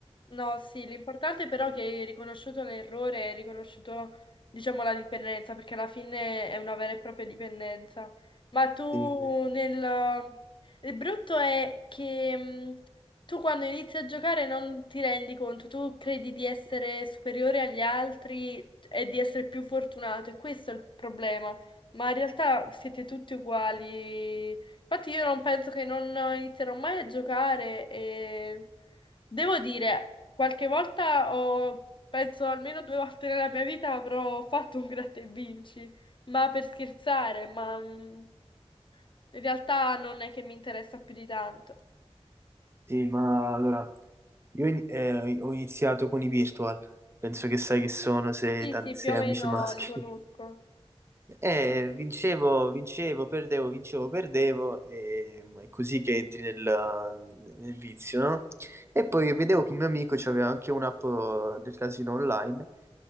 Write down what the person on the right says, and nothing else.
Sì,
sì, ma allora io in- eh, ho iniziato con i virtual, penso che sai che sono, sei,
tanti,
sei
amici
maschi.
Eh, vincevo, vincevo, perdevo, vincevo, perdevo, e ma è così che entri nel, nel vizio, no? E poi vedevo che un mio amico aveva anche un'app eh, del casino online